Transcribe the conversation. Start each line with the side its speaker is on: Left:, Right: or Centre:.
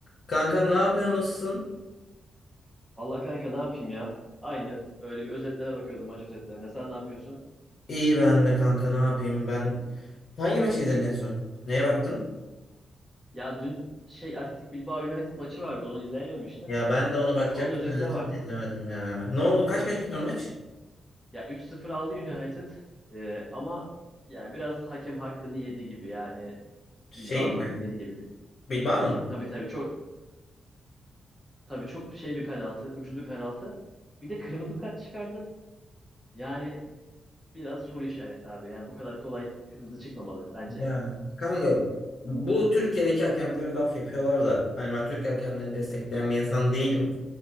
Left: Kankam ne yapıyorsun? Nasılsın?
Centre: Vallahi kanka ne yapayım ya? Aynı. Öyle bir özetlere bakıyordum maç özetlerine. Sen ne yapıyorsun?
Left: İyi ben de kanka ne yapayım ben. Hangi maçı izledin en son? Neye baktın?
Centre: Ya dün şey Athletic Bilbao United maçı vardı. Onu izleyememiştim.
Left: Ya ben de ona bakacaktım
Centre: Onun özetine
Left: özetini
Centre: baktım.
Left: de izlemedim ya. Ne oldu? Kaç kaç bitti o maç?
Centre: Ya 3-0 aldı United. Ee, ama yani biraz hakem hakkını yedi gibi. Yani
Left: Şeyin
Centre: Bilbao'nun hakkını
Left: mi?
Centre: yedi gibi.
Left: Bilbao'nun? mu?
Centre: Tabii tabii çok tabii çok şey bir penaltı. Ucuz bir penaltı. Bir de kırmızı kart çıkardı. Yani biraz soru işareti abi. Yani bu kadar kolay kırmızı çıkmamalı bence.
Left: Ya kanka bu Türkiye'deki hakemlere laf yapıyorlar da hani ben Türk hakemlerini destekleyen bir insan değilim.